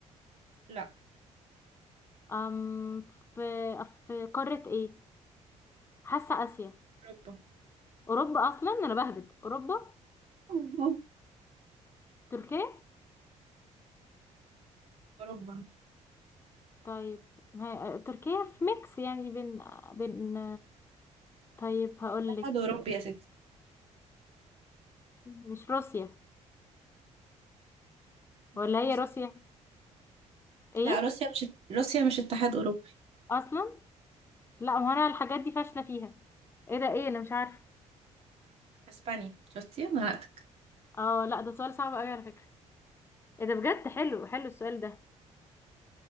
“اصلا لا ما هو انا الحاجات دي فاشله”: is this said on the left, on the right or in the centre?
Left